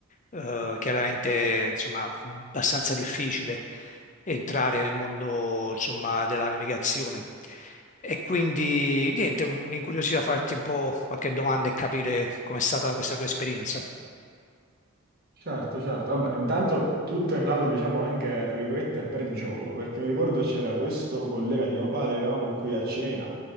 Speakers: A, on the left (about 35°); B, on the right (about 45°).
A: eh, chiaramente insomma abbastanza difficile entrare nel mondo insomma della navigazione. E quindi niente, mi incuriosiva farti un po' qualche domanda e capire com'è stata questa tua esperienza.
B: Certo, certo. Vabbè, intanto tutto è nato, diciamo, anche, tra virgolette, per gioco, perché mi ricordo c'era questo collega di mio padre, eravamo qui a cena,